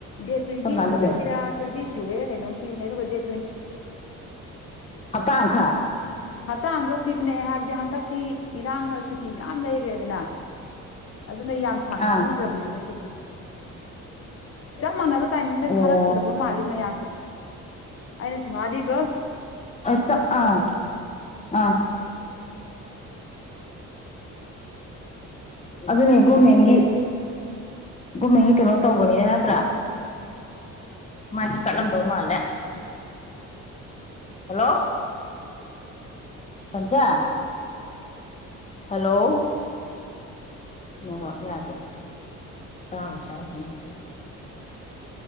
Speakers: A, on the left (about 50°); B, on the left (about 25°).
A: ꯗꯦꯠ ꯇ꯭ꯋꯦꯟꯇꯤ
B: ꯀꯔꯝ ꯀꯥꯟꯗꯒꯤ
A: ꯇꯨꯗꯒꯤꯔ ꯇ꯭ꯋꯦꯟꯇꯤ ꯊꯔꯤꯗꯒꯤ ꯀꯩꯅꯣꯝ ꯄꯤ ꯃꯕꯗꯤ
B: ꯍꯞꯇꯥ ꯈꯔ
A: ꯍꯞꯇꯥ ꯑꯈꯛ ꯄꯤꯕꯅꯦ ꯍꯥꯏꯕꯗꯤ ꯍꯟꯇꯛꯇꯤ ꯏꯔꯥꯡꯅ ꯁꯨꯇꯤ ꯃꯌꯥꯝ ꯂꯩꯈ꯭ꯔꯦꯗꯅ ꯑꯗꯨꯅ ꯁꯥꯡꯅ
B: ꯑꯥ
A: ꯄꯤꯗ꯭ꯔꯕꯅꯦꯕ ꯁꯤꯇꯤ ꯀꯃꯅꯕ ꯇꯥꯏꯃꯤꯡꯗ
B: ꯑꯣ
A: ꯊꯥꯔꯛꯀꯗꯕ ꯃꯥꯜꯂꯤ ꯃꯌꯥꯝꯗ ꯑ ꯃꯥꯗꯤꯕ
B: ꯆꯥ ꯑꯥ ꯑꯥ ꯑꯗꯨꯅꯦ ꯒꯣꯔꯃꯦꯟꯒꯤ ꯒꯣꯔꯃꯦꯟꯒꯤ ꯀꯩꯅꯣ ꯇꯧꯕꯅꯤꯅ ꯅꯠꯇ꯭ꯔꯥ ꯃꯥꯏꯁ ꯀꯠꯂꯝꯗꯧ ꯃꯥꯜꯂꯦ ꯍꯜꯂꯣ ꯁꯖ ꯍꯂꯣ ꯅꯉ ꯌꯥꯗꯦ ꯇꯥꯕ ꯇꯥꯏꯁꯤ